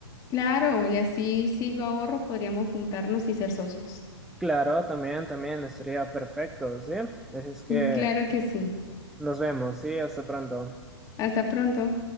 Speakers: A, on the left; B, in the centre.
A: Claro, y así si yo ahorro, podríamos juntarnos y ser socios.
B: Claro, también, también estaría perfecto, ¿sí? Así es que
A: Claro que sí.
B: nos vemos, sí, hasta pronto.
A: Hasta pronto.